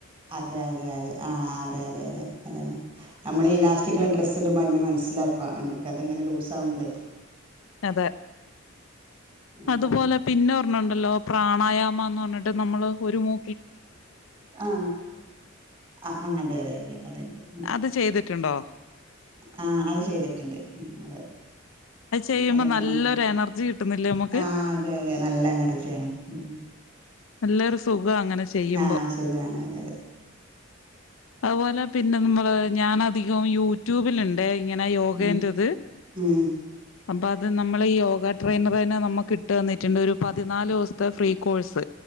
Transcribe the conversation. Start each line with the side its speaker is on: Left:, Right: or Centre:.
Right: അതെ അതെ അതെ ആ അതെ അതെ അതെ അതന്നെ നമ്മൾ ഇലാസ്റ്റകുള്ളഡ്രസ്സ് മേ മനസ്സിലാക്ക നമക്കത്ങ്ങനെ ലൂസ് ആവുമ്പോളേ.
Left: അതെ
Right: ഉം
Left: അതുപോലെ
Right: കറക്റ്റ്.
Left: പിന്നെ ഒരണണ്ടല്ലോ? പ്രാണായാമ പറഞ്ഞിട്ട് നമ്മള് ഒരു മു
Right: ആ ആ അതെതെ അതെ അതണ്ട് ഉം.
Left: അത് ചെയ്തിട്ടുണ്ടോ
Right: ആ അത് ചെയ്തിട്ടുണ്ട് ഉം അതെ
Left: അത് ചെയ്യുമ്പോ
Right: അതൊക്കെ
Left: നല്ലൊരു
Right: നല്ല
Left: എനർജി കിട്ടുന്നില്ലേ നമുക്ക്?
Right: ആഹ് അതെ അതെ നല്ല എനർജിയാണ്. ഉം
Left: നല്ലൊരു സുഖം അങ്ങനെ ചെയ്യുമ്പോ
Right: ആ സുഖയാണ് അതെ അതെ
Left: അതുപോലെ പിന്നെ നമ്മള് ഞാൻ അധികം യൂട്യൂബിലുണ്ടെ ഇങ്ങനാ യോഗേന്റത്
Right: ഉം ഉം
Left: അപ്പൊ അത് നമ്മൾ ഈ യോഗ ട്രെയിനർ തന്നെ നമ്മുക്കിട്ടു തന്നിട്ടുണ്ട് ഒരു പതിനാ ല്ദിവസത്തെ ഫ്രീ കോഴ്സ്.